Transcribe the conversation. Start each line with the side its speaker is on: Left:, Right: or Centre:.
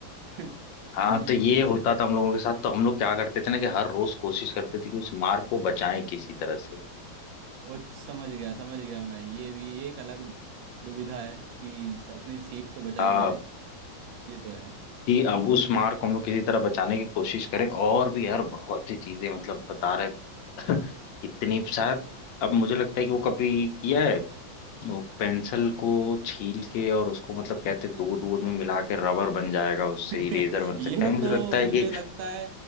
Right: <laughs>
Left: हाँ तो ये होता था हम लोगों के साथ तो हम लोग क्या करते थे ना कि हर रोज कोशिश करते थे कि उस मार्क को बचाएं किसी तरह से
Right: ओ समझ गया समझ गया मैं ये भी एक अलग दुविधा है कि अपने सीट को बचाई
Left: हाँ
Right: जाए ये तो है
Left: कि अब उस मार को हम लोग किसी तरह बचाने की कोशिश करें और भी यार बहुत सी चीजें मतलब बता रहे <laughs> इतनी शायद अब मुझे लगता है कि वो कभी किया है वो पेंसिल को छील के और उसको मतलब कहते हैं दूर दूर में मिला के रबर बन जाएगा उससे
Right: <laughs>
Left: इरेजर बन
Right: ये
Left: सकता है मुझे
Right: तो
Left: लगता है
Right: मुझे
Left: कि
Right: लगता है